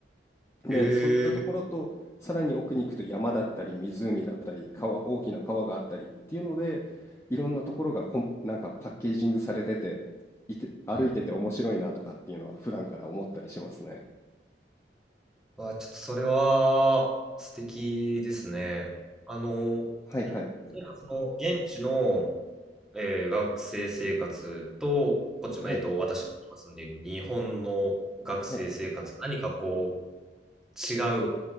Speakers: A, on the left; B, in the centre.
A: で、
B: え
A: そういったところと、
B: え、
A: さらに奥に行くと山だったり湖だったり川、大きな川があったりっていうので、いろんなところがこんなんかパッケージングされてて、いて、歩いてて面白いなとかっていうのは普段から思ったりしますね。
B: はい。わ、ちょっとそれは素敵ですね。あの、
A: はいはい。
B: なんかその、現地の、えー学生生活と、こっち、
A: はい、
B: えっと、私の今住んでいる日本の学生生活、
A: はい。
B: 何かこう、違う